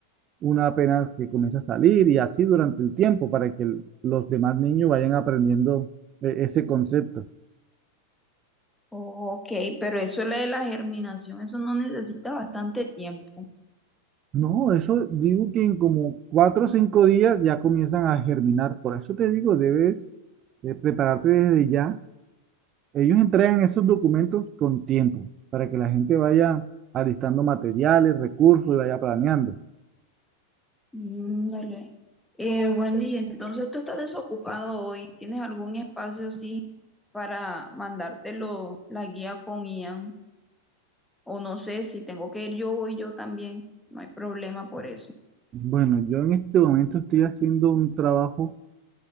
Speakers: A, on the right; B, in the centre.
A: una apenas que comienza a salir y así durante el tiempo para que el- los demás niños vayan aprendiendo eh, ese concepto.
B: Ok, pero eso lo de la germinación, eso no necesita bastante tiempo.
A: No, eso digo que en como cuatro o cinco días ya comienzan a germinar. Por eso te digo, debes eh, prepararte desde ya. Ellos entregan esos documentos con tiempo para que la gente vaya alistando materiales, recursos y vaya planeando.
B: Mm, dale. Eh, Wendy, entonces tú estás desocupado hoy. ¿Tienes algún espacio así para mandártelo la guía con Ian. O no sé, si tengo que ir yo, voy yo también. No hay problema por eso.
A: Bueno, yo en este momento estoy haciendo un trabajo